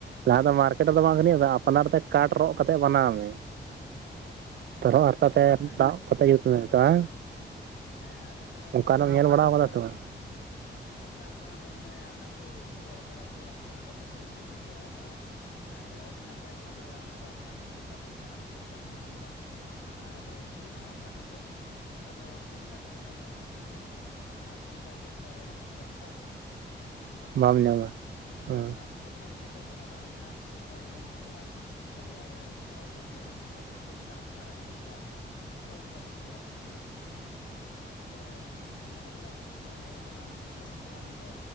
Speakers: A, on the right; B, on the left.
A: ᱞᱟᱦᱟ ᱫᱚ ᱢᱟᱨᱠᱮᱴ ᱨᱮ ᱫᱚ
B: ᱟᱪᱪᱷᱟ
A: ᱵᱟᱝ ᱟᱱᱤ ᱟᱯᱱᱟᱨ ᱛᱮ ᱠᱟᱴ ᱨᱚᱜ ᱠᱟᱛᱮ ᱵᱟᱱᱟᱣ ᱢᱮ
B: ᱟᱪᱪᱷᱟ
A: ᱛᱚᱨᱚᱜ
B: ᱚᱱᱠᱟ
A: ᱦᱟᱨᱛᱟ
B: ᱜᱮ ᱧᱮᱞ
A: ᱛᱮ
B: ᱟᱠᱟᱱᱟ
A: ᱫᱟᱜ
B: ᱟᱞᱮ ᱥᱮᱫ
A: ᱠᱚᱛᱮ
B: ᱦᱚᱸ
A: ᱡᱩᱛ ᱢᱮ ᱥᱮ ᱵᱟᱝ
B: ᱦᱮᱸ ᱟᱞᱮ ᱥᱮᱫ ᱦᱚᱸ ᱚᱱᱠᱟ
A: ᱚᱱᱠᱟᱱᱟᱜ
B: ᱜᱮ ᱟᱹᱰᱤ
A: ᱮᱢ ᱧᱮᱞ
B: ᱡᱟᱹᱥᱛᱤ
A: ᱵᱟᱲᱟᱣ
B: ᱠᱚ ᱵᱮᱱᱟᱣ
A: ᱠᱟᱫᱟ ᱥᱮ ᱵᱟᱝ
B: ᱠᱟᱜᱼᱟ ᱟᱯᱱᱟᱨ ᱛᱮᱦᱚᱸ ᱢᱮᱱᱢᱮ ᱚᱱᱟ ᱠᱚ ᱨᱚᱜ ᱟᱠᱟᱫᱟ ᱠᱚ ᱦᱟᱱᱛᱮ ᱱᱟᱛᱮ ᱵᱟᱹᱥᱞᱟᱹ ᱛᱮᱠᱚ ᱡᱩᱛ ᱵᱟᱲᱟ ᱟᱠᱟᱜᱼᱟ ᱟᱨ ᱟᱹᱰᱤ ᱱᱟᱯᱟᱭ ᱥᱟᱰᱮᱜᱼᱟ ᱚᱱᱟ ᱫᱚ ᱟᱯᱱᱟᱨ ᱫᱚ ᱡᱩᱛ ᱟ ᱫᱚ ᱵᱚᱞᱮ ᱟᱢ ᱪᱮᱫ ᱞᱮᱠᱟᱢ ᱢᱮᱱᱟᱢ ᱚᱱᱠᱟ ᱟᱨ ᱠᱤᱨᱤᱧᱟᱜ ᱦᱚᱸ ᱥᱟᱰᱮ ᱜᱮᱭᱟ ᱟᱫᱚ ᱠᱤᱨᱤᱧᱟᱜ ᱫᱚ ᱵᱚᱞᱮ ᱚᱱᱮ ᱠᱚ ᱢᱮᱱᱟ ᱟᱯᱱᱟᱨ ᱛᱮ ᱞᱮᱠᱟ ᱪᱮᱫ ᱞᱮᱠᱟ ᱨᱟᱹᱲᱮᱢ ᱠᱷᱚᱡᱚᱜᱼᱟ ᱚᱱᱠᱟ ᱵᱟᱝ
A: ᱵᱟᱢ
B: ᱦᱩᱭᱩᱜᱼᱟ
A: ᱧᱟᱢᱟ
B: ᱟᱨ
A: ᱦᱮᱸ
B: ᱟᱯᱱᱟᱨ ᱡᱚᱠᱷᱚᱱᱮᱢ ᱡᱩᱛᱟ ᱛᱚ ᱚᱱᱟ ᱫᱚ ᱟᱢᱱᱟᱨ ᱨᱮ ᱪᱮᱫ ᱞᱮᱠᱟ ᱨᱟᱹᱲᱮᱢ ᱠᱷᱚᱡᱚᱜᱼᱟ ᱥᱚᱦᱨᱟᱭ ᱨᱟᱹᱲᱮᱢ ᱠᱷᱚᱡᱚᱜᱼᱟ ᱫᱚᱝ ᱨᱟᱹᱲᱮᱢ ᱠᱷᱚᱡᱚᱜᱼᱟ ᱥᱮ ᱪᱮᱫ ᱞᱮᱠᱟ ᱟᱯᱱᱟᱨᱟᱜ ᱤᱭᱟᱹ ᱞᱮᱠᱟ ᱛᱚ ᱚᱱᱠᱟ ᱦᱩᱭ ᱫᱟᱲᱮᱭᱟᱜ ᱠᱟᱱᱟ ᱟᱹᱰᱤ ᱡᱟᱹᱥᱛᱤ ᱜᱮ ᱟᱫᱚ ᱚᱱᱮ ᱠᱚ ᱢᱮᱱᱟ ᱨᱟᱹᱥᱠᱟᱹᱣᱟᱱ ᱦᱚᱲ ᱠᱟᱱᱟᱢ ᱨᱟᱹᱥᱠᱟᱹᱣᱟᱱ ᱫᱚ